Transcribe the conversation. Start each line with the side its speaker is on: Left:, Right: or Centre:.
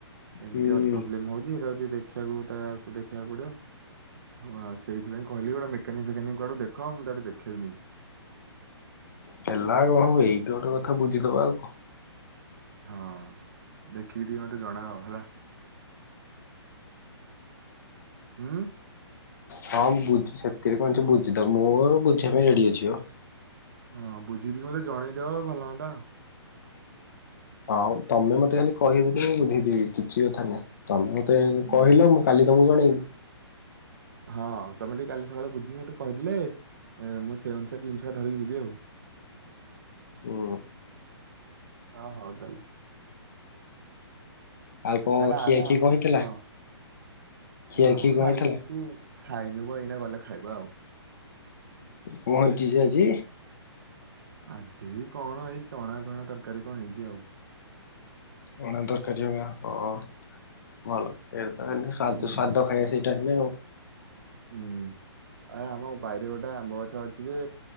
Right: ଏମତି
Left: ହୁଁ
Right: ପ୍ରୋବ୍ଲେମ ହଉଛିଟା ଦେଖିବାକୁ ତାକୁ ଦେଖେଇବାକୁ ପଡିବ। ହଁଉ ସେଇଥିପାଇ କହିଲି ଗୋଟେ ମୋନିକ ଫେକାନିକ କୁଡ ଦେଖ ମୁଁ ତାେ ଦେେଇବି ନେଇକି।
Left: ହେଲା କଣ ହବ ଏଇୁ ଗୋେ କଥା ବୁଝିବା ଆଉ କଣ
Right: ହଁ ଦେଖିକି ଟିକେ ମତେ ଜଣେଇବା ହେଲା। ହୁଁ।
Left: ହଁ ବୁଝି ସେଥିରେ କଣସି ବୁଝିଦ ମୁଁ ବୁଝିବା ପାଇଁ ରେଡି ଅଛିିବ।
Right: ହଁ ବୁଝିକିକି ମତେ ଜଣେଇଦବ ଭଲ ହୁନ୍ତା ଆଉ।
Left: ଆଉ ତମେ ମତେ
Right: ହୁଁ
Left: ଖାଲି କହିହିବ ଯଦ ବୁଝେଇଦି କିଛି କଥା ନାଇଁ ତମେ ମତେ
Right: ହୁଁ।
Left: କହିଲ ମୁଁ କାଲି ତ ମୁଁ ଜଣେଇବି
Right: ହଁ ତମେ ଟିକେ କାଲି ସକାଳେ ବୁଝିକି ମତେ କହିଥିଲେ? ଏ ମୁଁ ସେ ଅନୁସାରେ ଜିନିଷଟା ଧରିକି ଯିବି ଆଉ
Left: ହୁଁ।
Right: ହଁ ହଉ ତାଲେ।
Left: ଆଉ କଣ
Right: ଆ ନା
Left: ଖିଆ
Right: ନା
Left: ଖି
Right: ଆମ
Left: କଣ ହେଇଥିଲା?
Right: ହଁ ନା ଆ
Left: ଖିଆ ଖି
Right: ନାମ
Left: କଣ
Right: ଖାଇନି
Left: ହେଇଥିଲା
Right: କିଛି। ଖାଇନୁ ବା ଏଇନା ଗଲେ ଖାଇବା ଆଉ
Left: କଣ ହେଇଛି ଯେ ଆଜି?
Right: ଆଜି କଣ ଏଇ ଚଣା ଫଣା ତରକାରୀ କଣ ହେଇଛି ଆଉ
Left: ଚଣା ତରକାରୀ ହେରିକା ହଁ। ଭଲ ଏଇଟା
Right: ହୁଁ।
Left: ତ ସ୍ୱାଦ ଖାଇବା ସେଇଟା ହେନ ଆଉ
Right: ହୁଁ। ଆରେ ଆମ ବାଇରେ ଗୋଟେ ଆମ୍ବ ଗଛ ଅଛି ଯେ